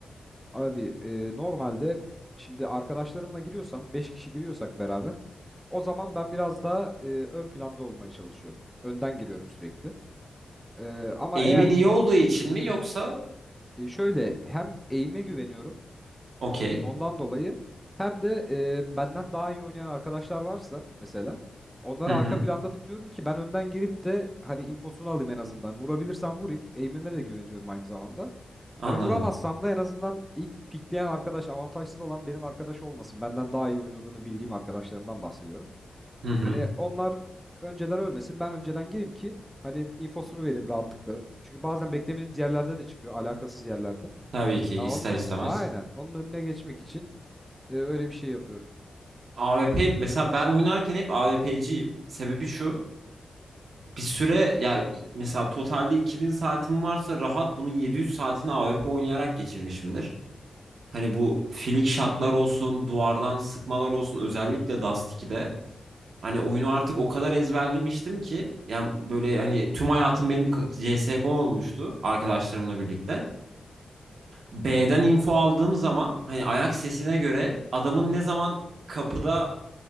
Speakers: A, in the centre; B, on the right.
A: Abi e, normalde şimdi arkadaşlarımla giriyorsam 5 kişi giriyorsak beraber o zaman ben biraz daha e, ön planda olmaya çalışıyorum. Önden giriyorum sürekli. E, ama
B: Aim'in
A: eğer
B: iyi
A: ki
B: olduğu için mi yoksa
A: e, şöyle hem eğime güveniyorum
B: okey.
A: Ondan dolayı hem de e, benden daha iyi oynayan arkadaşlar varsa mesela onları
B: Hı hı
A: arka planda tutuyorum ki ben önden girip de hani infosunu alayım en azından. Vurabilirsem vurayım. Aim'ime de güveniyorum aynı zamanda.
B: anladım.
A: Hani vuramazsam da en azından ilk pikleyen arkadaş avantajsız olan benim arkadaş olmasın. Benden daha iyi oynadığını bildiğim arkadaşlarımdan bahsediyorum.
B: Hı hı
A: Hani onlar önceden ölmesin ben önceden gireyim ki hani infosunu vereyim rahatlıkla. Çünkü bazen beklemediğimiz yerlerde de çıkıyor alakasız yerlerde.
B: tabii ki ister
A: Ya onu,
B: istemez.
A: aynen onun önüne geçmek için e, öyle bir şey yapıyorum.
B: A W P mesela ben oynarken hep A AWP'ciyim. Sebebi şu. bir süre ya mesela totalde 2000 saatim varsa rahat bunun 700 saatini AWP oynayarak geçirmişimdir. Hani bu filik shotlar olsun, duvardan sıkmalar olsun özellikle Dust 2'de. Hani oyunu artık o kadar ezberlemiştim ki yani böyle hani tüm hayatım benim CSGO olmuştu arkadaşlarımla birlikte. B'den info aldığım zaman hani ayak sesine göre adamın ne zaman kapıda